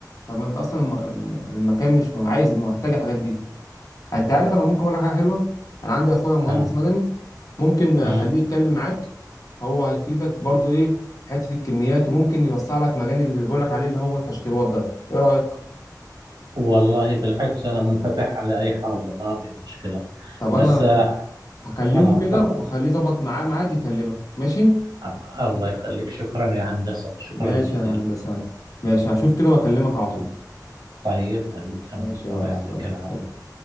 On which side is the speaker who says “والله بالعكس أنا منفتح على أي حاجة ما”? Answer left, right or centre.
Right